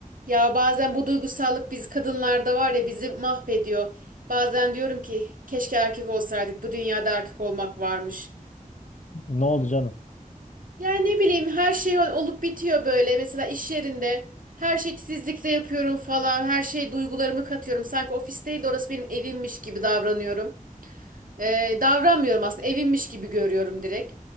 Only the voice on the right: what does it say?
Ya bazen bu duygusallık biz kadınlarda var ya bizi mahvediyor. Bazen diyorum ki keşke erkek olsaydık. Bu dünyada erkek olmak varmış.
Yani ne bileyim her şey ol- olup bitiyor böyle. Mesela iş yerinde her şeyi titizlikle yapıyorum falan. Her şey duygularımı katıyorum. Sanki ofis değil de orası benim evimmiş gibi davranıyorum. Ee, davranmıyorum aslında. Evimmiş gibi görüyorum direkt.